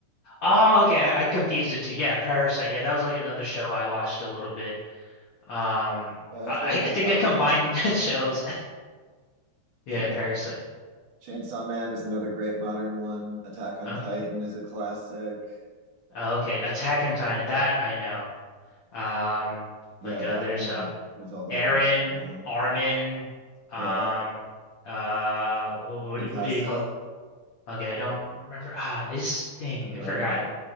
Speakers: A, on the left; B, on the right.
A: Oh, okay. I, I confused it too. Yeah, Parasite. Yeah, that was like another show I watched a little bit. Um,
B: Yeah,
A: I,
B: it's got a bit
A: I think
B: of body
A: I combined
B: horror in it, but
A: <laughs> shows. Yeah,
B: changed
A: Parasite.
B: Chainsaw Man is another great modern one. Attack on
A: Okay.
B: Titan is a classic.
A: Okay. Attack on Titan. That I know. Um,
B: Yeah,
A: like uh,
B: that
A: there's
B: one
A: a
B: was all the
A: Aaron,
B: rage for a while.
A: Armin, um,
B: Yeah.
A: uh, what,
B: Mikasa,
A: what do you call it? Okay, I don't remember. Ah, it's thing.
B: the girl,
A: I forgot.
B: yeah.